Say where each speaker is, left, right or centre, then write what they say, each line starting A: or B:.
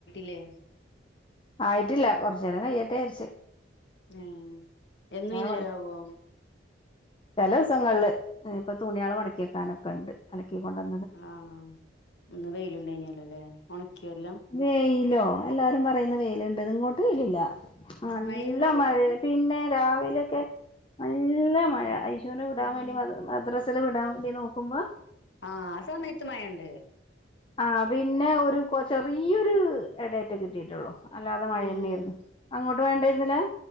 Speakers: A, on the left; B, on the left.
A: ലെ
B: ആയിട്ടില്ല. കൊർചേരം കയ്യട്ടെ ജാര്ച്ച്
A: ഏഹ് എന്നു ഈ നേരാവോ?
B: മടക്കി ചെല ദിവസങ്ങൾല്. ഉം, പ്പതുണിയള് മടക്കിയെക്കാനൊക്കെണ്ട്. അലക്കിക്കൊണ്ടാ-
A: ആഹ്, ഇന്ന് വെയില് ണ്ടായിനില്ലലെ. ഒണക്ക്യൊ എല്ലം
B: വെയിലോ, എല്ലാരും പറയുന്ന വെയിലിണ്ട്ന്ന് ഇങ്ങോട്ട് വെയിലില്ല. നല്ല
A: മഴേന്നു
B: മഴേ പിന്നെ രാവിലൊക്കെ നല്ല മഴ അയിഷൂന വിടാൻ
A: ആഹ്
B: വേണ്ടി മദ് മദ്രസ് ത്ത ല് വിടാവേണ്ടി നോക്കുമ്പോ
A: ആഹ് ആ സമയത്ത് മയണ്ട്
B: ആ പിന്നെ ഒരു ചെറിയൊരു ഇടട്ടെ കിട്ടിട്ടുള്ളൂ അല്ലാതെ മഴെന്നെയാര്ന്നു
A: ഉം
B: അങ്ങോട്ട് മഴണ്ടായിരുന്നില്ലാ